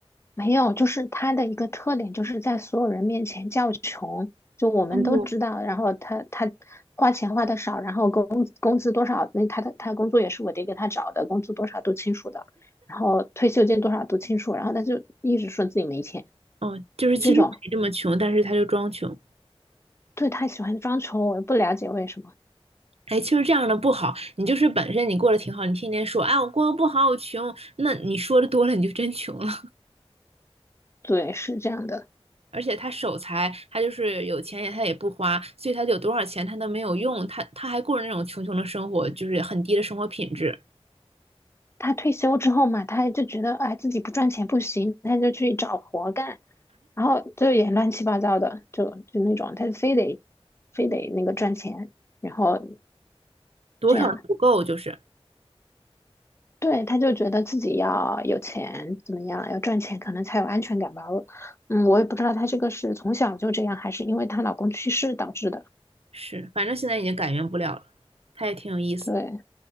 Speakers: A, on the left; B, on the right.
A: 没有，就是他的一个特点就是在所有人面前叫穷，就我们都知道。
B: 哦，
A: 然后他他花钱花的少，然后工工资多少，那他的他的工作也是我爹给他找的，工资多少都清楚的，然后退休金多少都清楚，然后他就一直说自己没钱，
B: 哦，就是其实没这么穷，
A: 就这种。
B: 但是他就装穷。
A: 对，他喜欢装穷，我也不了解为什么。
B: 哎，其实这样的不好，你就是本身你过得挺好，你天天说，哎，我过得不好，我穷，那你说的多了，你就真穷了。
A: 对，是这样的。
B: 而且他守财，他就是有钱也他也不花，所以他有多少钱他都没有用，他他还过着那种穷穷的生活，就是很低的生活品质，
A: 他退休之后嘛，他就觉得哎自己不赚钱不行，他就去找活干，然后就也乱七八糟的，就就那种，他非得非得那个赚钱，然后
B: 多少都不够，
A: 这样，
B: 就是
A: 对，他就觉得自己要有钱怎么样，要赚钱可能才有安全感吧。我嗯，我也不知道他这个是从小就这样，还是因为她老公去世导致的。
B: 是，反正现在已经改变不了了，他也挺有意思，
A: 对